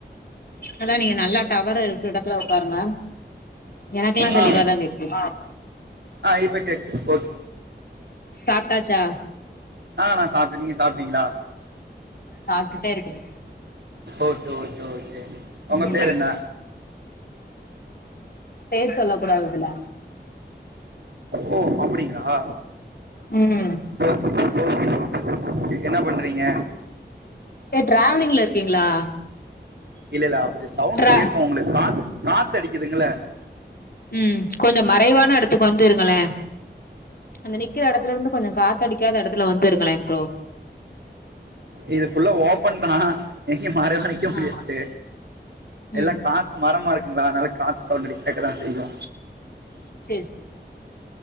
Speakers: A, on the left (about 55°); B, on the right (about 70°).
A: அதா நீங்க நல்லா டவரு இருக்க இடத்துல ஒக்காருங்க எனக்குலா தெளிவா
B: ஆ
A: தா கேக்குது
B: ஆ இப்ப கேக்குது ஓகே
A: சாப்ட்டாச்சா
B: ஆ நா சாப்ட்டே நீங்க சாப்ட்டீங்களா
A: சாப்ட்டுட்டே இருக்குது
B: ஓகே ஓகே ஓகே உங்க
A: ம்
B: பேரு என்ன
A: பேர் சொல்ல கூடாது இதுல
B: ஓ அப்புடிங்களா
A: ம்
B: ஓகே ஓகே ஓகே என்ன பண்றீங்க
A: ஏ ட்ராவலிங்ல இருக்கீங்களா
B: இல்ல இல்ல அப்டி சவுண்டு
A: ட்ரா
B: கேக்கு உங்களுக்கு கா காத்து அடிக்கிதுங்கள
A: ம் கொஞ்சொ மறைவான எடத்துக்கு வந் துருங்களே அந்த நிக்கிற எடத்துல இருந்து கொஞ்சொ காத்தடிக்காத எடத்துல வந்து இருங்களே ப்ரோ
B: இது ஃபுல்லா ஓப்பன் தா எங்கயு மாறைவா நிக்க முடியாது
A: ஆ
B: எல்லா
A: ம்
B: காத் மரமா இருக்குங்களா அதுனால காத்து சவுண்டு கேக்க தா செய்யு
A: சேரி